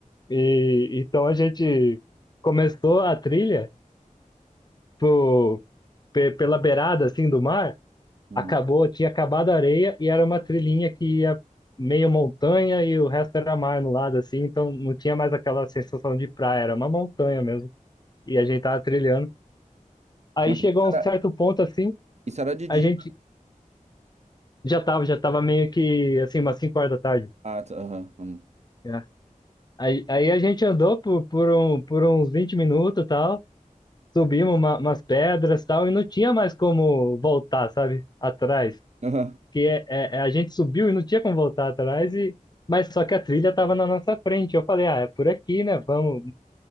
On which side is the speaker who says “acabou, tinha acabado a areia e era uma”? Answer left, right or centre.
Left